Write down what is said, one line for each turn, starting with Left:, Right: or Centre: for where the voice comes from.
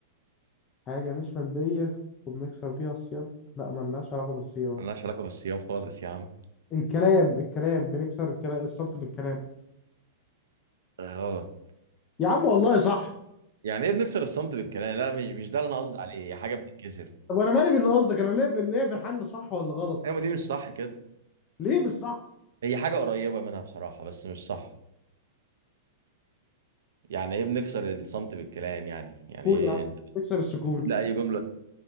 Left: حاجة مش مادية وبنكسر بيها الصيام لا ملناش علاقة بالصيام
Right: ملهاش علاقة بالصيام خالص يا عم
Left: الكلام الكلام بنكسر الكلام الصمت بالكلام
Right: آه، غلط
Left: يا عم والله صح
Right: يعني ايه بنكسر الصمت بالكلام لا مش مش ده اللي انا قصدي عليه هي حاجة بتتكسر
Left: طب وانا مالي باللي قصدك انا ليه بال- ليه بالحل صح ولا غلط
Right: ايوه ما دي مش صح كده
Left: ليه مش صح
Right: هي حاجة قريبة منها بصراحة بس مش صح يعني ايه بنكسر الصمت بالكلام يعني يعني
Left: سكون
Right: ايه
Left: يا عم بكسر السكون
Right: لا <laughs> اي جمله